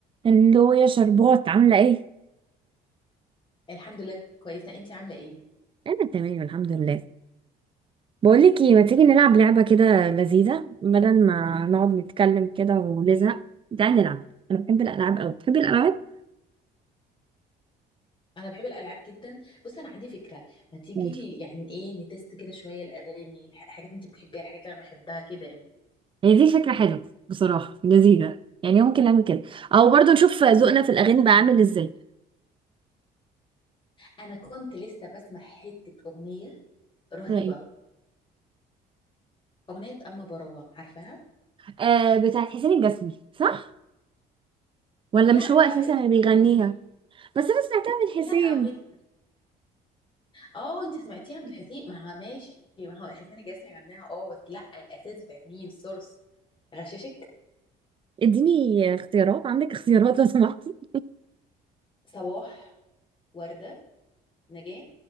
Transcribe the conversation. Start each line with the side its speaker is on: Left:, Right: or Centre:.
Right: هلو يا شربات عاملة ايه؟
Left: الحمد لله كويسة انتي عاملة ايه؟
Right: انا تمام الحمد لله بقولك ايه ما تيجي نلعب لعبة كده لذيذة بدل ما نقعد نتكلم كده ونزهق تعالي نلعب انا بحب الالعاب اوي بتحبي الالعاب؟
Left: انا بحب الالعاب جدا بص انا عندي فكرة ما تيجي
Right: قولي
Left: يعني ايه نتست كده شوية الاغاني الح- الحاجات اللي انت بتحبيها الحاجات اللي انا بحبها كده يعني
Right: هي دي فكرة حلوة بصراحة لذيذة يعني ممكن نعمل كده او برضو نشوف ذوقنا في الاغاني بقى عامل ازاي
Left: انا كنت لسه بسمع حتة اغنية رهيبة
Right: ده ايه؟
Left: اغنية اما براوة عارفاها؟
Right: آه بتاعت حسين الجسمي صح؟ ولا
Left: لا
Right: مش هو اساسا
Left: حسين
Right: اللي بيغنيها؟
Left: الجسمي
Right: بس انا سمعتها من
Left: لا
Right: حسين
Left: اغنية اه انت سمعتيها من حسين ما ها- ماشي ما هو حسين الجسمي غناها اه بس لا الاساس بتاعت مين السورس غششك
Right: اديني اختيارات عندك اختيارات لو سمحتي
Left: صباح وردة نجاة